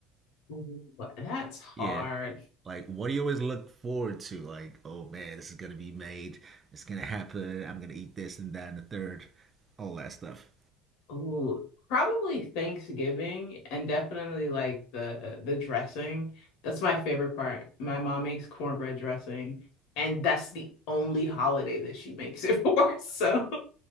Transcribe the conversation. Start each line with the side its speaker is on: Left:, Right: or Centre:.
Left: Ooh, That's hard.
Right: Yeah, Like, what do you always look forward to? Like, oh man, this is gonna be made. It's gonna happen. I'm gonna eat this and that and the third, all that stuff.
Left: Ooh, probably Thanksgiving and definitely like the the dressing. That's my favorite part. My mom makes cornbread dressing, and that's the only holiday that she makes it <laughs> for. So <laughs>